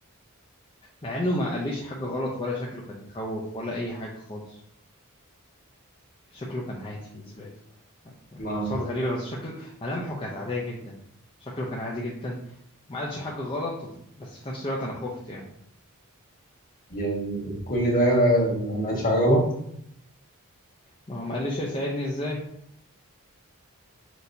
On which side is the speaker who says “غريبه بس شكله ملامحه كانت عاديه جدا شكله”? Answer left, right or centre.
Left